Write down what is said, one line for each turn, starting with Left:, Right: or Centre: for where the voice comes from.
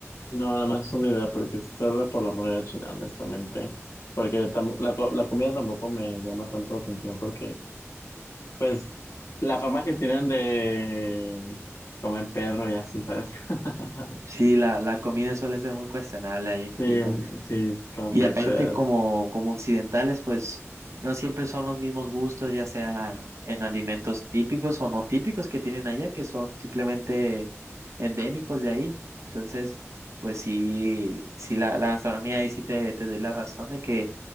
Left: no, nada más es una idea porque solo por la moneda china, honestamente, porque tam- la, co- la comida tampoco me llama tanto la atención porque Pues la fama que tienen de comer perro y así, ¿sabes? <laughs>
Right: Sí, la, la comida suele ser muy cuestionable ahí en China.
Left: Sí, sí, como
Right: Y
Left: que
Right: aparte,
Left: te das.
Right: como, como occidentales, pues no siempre son los mismos gustos, ya sea en alimentos típicos o no típicos que tienen allá, que son simplemente endémicos de ahí. Entonces, pues sí, sí la, la gastronomía ahí sí te, te doy la razón de que